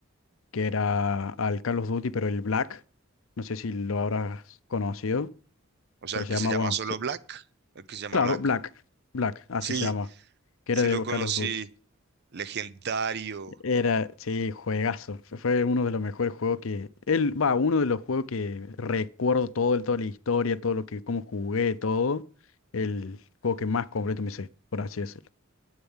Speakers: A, on the left; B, on the right.
A: que era al Call of Duty, pero el Black, no sé si lo habrás conocido,
B: O sea,
A: pero
B: el
A: se
B: que
A: llama,
B: se llama
A: bueno,
B: solo
A: sí,
B: Black, el que se llama
A: claro,
B: Black.
A: Black, Black, así
B: Sí,
A: se llama, que
B: sí
A: era de
B: lo conocí.
A: Call of Duty.
B: Legendario.
A: Era, sí, juegazo. Fue fue uno de los mejores juegos que. Él, va, uno de los juegos que recuerdo todo, el- toda la historia, todo lo que, cómo jugué, todo. El juego que más completo me hice, por así decirlo.